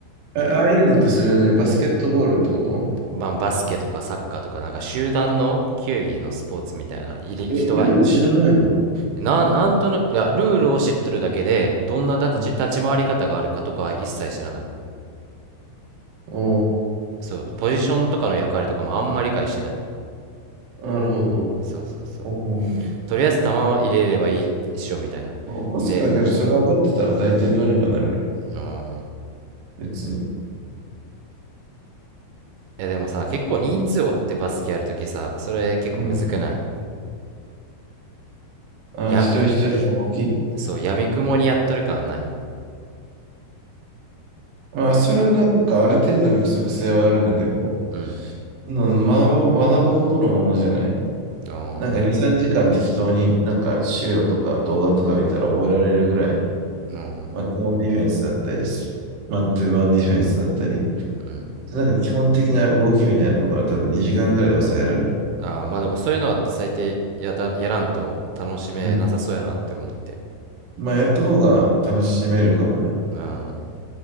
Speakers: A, on the right (about 65°); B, on the right (about 80°).
A: あ、ああいうのってそれなりにバスケットボールってこと
B: まあ、バスケとかサッカーとか、なんか集団の球技のスポーツみたいな、いり人が、
A: え、ルール知らないの
B: な、なんとなく、いや、ルールを知っとるだけで、どんな立ち、
A: うん
B: 立ち回り方があるかとかは一切知らない。
A: お
B: そう、ポジションとかの役割とかもあんまり理解してない。
A: ー、なるほど。
B: そうそうそう。
A: おー、
B: とりあえず球は入れればいいっしょ、みたいな。
A: バスケだけど、
B: で、
A: それ分かってたら大体どうにかなるよ。
B: うーん。
A: 別に。
B: いやでもさ、結構人数おってバスケやるときさ、それ結構むずくない
A: うん。あー、
B: やみ、
A: 一人一人の動き
B: そう、やみくもにやっとる感ない。
A: まあ、それはなんかある程度の規則性はあるんだけど、
B: うん。
A: うん学ぶ、学ぶほどのものじゃない。
B: ああ、
A: なんか2、3時間適当になんか資料とか動画とか見たら覚えられるぐらいの、
B: うん、
A: マットオンディフェンスだったり、マントゥーマンディフェンスだったり、
B: うん。
A: なんか基本的な動きみたいなところは多分2時間ぐらいで抑えられる。
B: ああ、まあでもそういうのは最低やだ、やらんと楽しめなさそうやなって思って。
A: うん。まあ、やった方が楽しめるかもね。
B: うん。